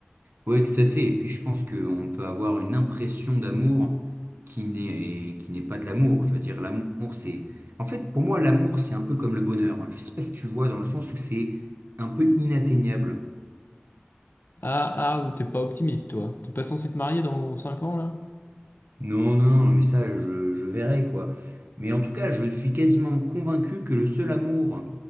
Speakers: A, on the right; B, on the left.
A: Oui, tout à fait. Et puis je pense qu'on peut avoir une impression d'amour qui n'est qui n'est pas de l'amour. Je veux dire, l'amour, c'est... En fait, pour moi, l'amour, c'est un peu comme le bonheur. hein. Je sais pas si tu vois, dans le sens où c'est un peu inatteignable.
B: Ah ah, t'es pas optimiste, toi. T'es pas censé te marier dans 5 ans, là?
A: Non, non, non, mais ça, je, je verrai, quoi. Mais en tout cas, je suis quasiment convaincu que le seul amour